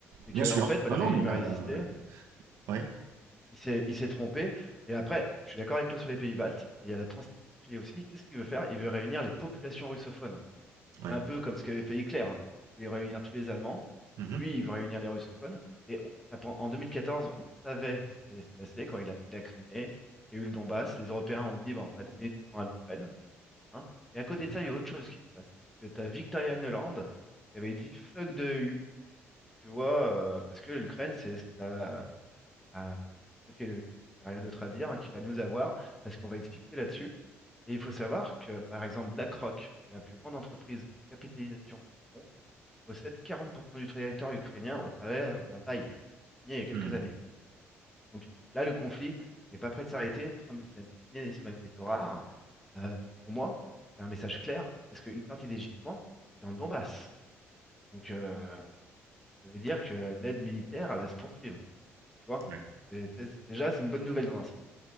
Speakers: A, in the centre; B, on the right (about 75°).
A: C'est
B: Bien
A: que,
B: sûr.
A: en fait, bah,
B: Non,
A: le
B: non,
A: régime
B: mais il
A: a
B: a...
A: résisté
B: Ouais,
A: il s'est il s'est trompé. Et après, je suis d'accord avec toi sur les pays baltes, mais il y a la Transnistrie aussi. Qu'est-ce qu'il veut faire? Il veut réunir les populations russophones, en fait.
B: ouais.
A: C'est un peu comme ce qu'avait fait Hitler. hein. Il voulait réunir tous les Allemands.
B: Mhm.
A: Lui, il veut réunir les russophones. Et on- ça prend- en 2014, on savait ce qui allait se passer quand il a pris la Crimée, qu'il y a eu le Donbass. Les Européens ont dit, Bon, on va donner du temps à l'Ukraine. hein. Et à côté
B: Mhm.
A: de ça, il y a autre chose qui se passe. C'est que tu as Victoria Nuland qui avait dit fuck de E u". tu vois, euh, parce que l'Ukraine, c'est ce qui va à bloquer le U. Il n'y a rien d'autre à dire, hein, qui va nous avoir, parce qu'on va être fixé là-dessus. Et il faut savoir que, par exemple, BlackRock, qui est la plus grande entreprise de capitalisation au monde, possède 40% du territoire ukrainien au travers d'un bail qu'ils ont signé il y a quelques
B: Mhm.
A: années. Donc là, le conflit n'est pas prêt de s'arrêter. Trump vient de signer sur les métaux rares. Euh, pour moi, c'est un message clair, parce qu'une partie des gisements est dans le Donbass. Donc euh, ça veut dire que l'aide militaire, elle va se poursuivre. Tu vois?
B: Ouais.
A: Et ça, c'est- déjà, c'est une bonne nouvelle dans un sens.